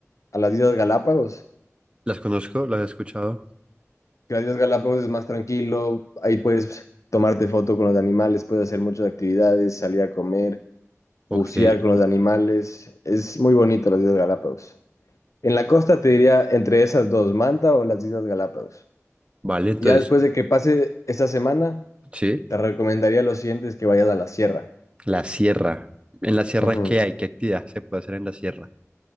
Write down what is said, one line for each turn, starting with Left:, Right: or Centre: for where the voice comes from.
Left: a las Islas Galápagos.
Right: ¿Las conozco? ¿Las he escuchado?
Left: Gracias Galápagos es más tranquilo, ahí puedes tomarte foto con los animales, puedes hacer muchas actividades, salir a comer, bucear
Right: Ok.
Left: con los animales, es muy bonito las Islas Galápagos. En la costa te diría entre esas dos, Manta o las Islas Galápagos.
Right: Vale, entonces,
Left: Ya después de que pase esta semana,
Right: sí.
Left: te recomendaría lo siguiente es que vayas a la sierra.
Right: La sierra. ¿En la sierra
Left: Ujú.
Right: qué hay? ¿Qué actividad se puede hacer en la sierra?